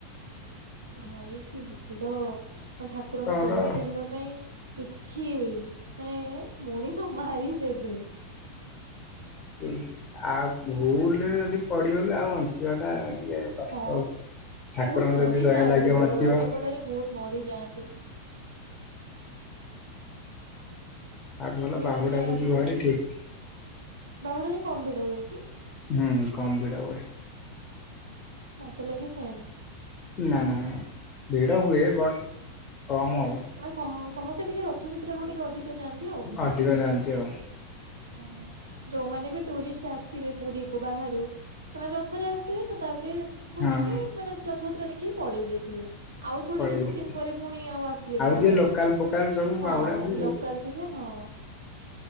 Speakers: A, on the right; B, on the left.
A: ଭାଇ କି ଭିଡ ମାନେ ଠାକୁରଙ୍କ
B: ତମର
A: ଦୌଡି ଧରିବା ପାଇଁ କି ଛି ମାନେ ମଣିଷ ମାରିଦେବେ।
B: ଏ ଆଉ ଭୁଲରେ ଯଦି ପଡିଗଲେ ଆଉ ବଞ୍ଚିବା ଟା ଟିକେ କଷ୍ଟ
A: ହଁ
B: ଆଉ। ଠାକୁରଙ୍କ
A: ବହୁତ ମରିଯାଆନ୍ତି
B: ଯଦି ଦୟା ଲାଗିବ ବଞ୍ଚିବ
A: ବି ଧଳା ଚକଟାରେ ବହୁତ ମରିଯାଆନ୍ତି
B: ଆଠୁ ଭଲ
A: ନ୍ୟୁଜରେ
B: ବାହୁଡାକୁ
A: ଆସେ
B: ଯିବ ଭାରି ଠିକ
A: ବାହୁଡାରେ କମ ଭିଡ ହୁଏ କି?
B: ହୁଁ କମ୍ ଭିଡ ହୁଏ।
A: ମତେ ଲାଗେ ସେମ୍
B: ନା ନା ଭିଡ଼ ହୁଏ ବଟ୍ କମ ହୁଏ।
A: ମାନେ ସମ ସମସ୍ତେ ଟିକେ ରଥଯାତ୍ରାକୁ ଟିକେ ଅଧିକ ଯାଆନ୍ତି
B: ଅଧିକ ଯାଆନ୍ତି ଆଉ।
A: ହଁ ଯୋଉମାନେ ବି ଟୁରିଷ୍ଟ ଆସିବେ ପୁରୀ କ ବାହାରୁ ସେମାନେ ରଥରେ ଆସିଥିବେ ତ ତାପରେ ବୁଲିକି
B: ହଁ
A: ମାନେ ରଥଯାତ୍ରା ଦେଖିକି ପଳେଇ ଯାଇଥିବେ ଆଉ ଥୋଡି
B: ପଳେଇବେ।
A: କିଛି ଦିନ ପରେ ପୁଣି ଆଉ ଆସିବେ ବାହୁଡାକୁ
B: ଯିଏ ଲୋକାଲ ଫୋକାଲ ସବୁ
A: ହଁ
B: ବାହୁଡାକୁ
A: ଲୋକାଲ ଥିବେ ହଁ